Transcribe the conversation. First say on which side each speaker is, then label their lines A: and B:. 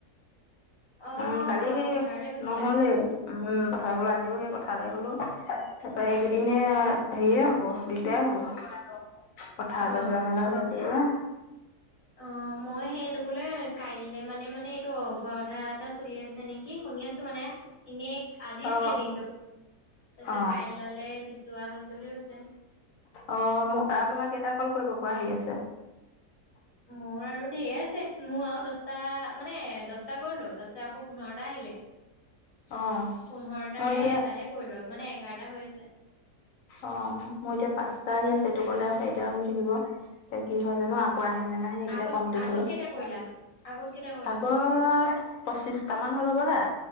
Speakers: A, on the left; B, on the left.
A: অ',
B: উম কালি
A: অ',
B: সেই,
A: পথাৰলৈ গৈছিলা
B: নহলেই উম, পথাৰ গলো আজিও সেই পথাৰলে
A: অ',
B: গলো। তাপা এইকেইদিনে
A: অ',
B: হেৰিয়ে হ'ব দিগদাৰে হ'ব। পথাৰলৈ
A: অ',
B: যোৱা নালা হৈছে
A: সেই
B: গে।
A: অ' মই সেইটো বোলে কাইলৈ মানে মানে এইটো অ ভুৱা কথা এটা চলি আছে নেকি? শুনি আছোঁ মানে। ইনে আজি আছিলে
B: অ
A: দিনটো তাৰপিছত
B: অ
A: কাইললে পিছোৱা হৈছে বুলি কৈছে।
B: অ' ম আৰু তোমাৰ কেইটা কল কৰিব পৰা হেৰি আছে?
A: মোৰ আৰু ধেৰ আছে, মোৰ আৰু দছটা মানে দছটা কৰিলো তাৰপিছত আকৌ পোন্ধৰটা আহিলে।
B: অ
A: পোন্ধৰটাৰে
B: মই এতিয়া
A: এটাহে কৰিলো মানে এঘাৰটা হৈ আছে।
B: অ' মোৰ এতিয়া পাঁচটা আহি আছে এইটো গলে আৰু চাৰিটা হৈ থাকিব। এতিয়া কি হয় জানো আকৌ
A: অ
B: আহেনে নাহে সেইকেইটা
A: আগত
B: কমপ্লিট
A: আগত
B: হ'লে।
A: কেইটা কৰিলা আগত কেইটা কৰিলা
B: আগৰ পঁচিশটামান হ'ল হ'বলা?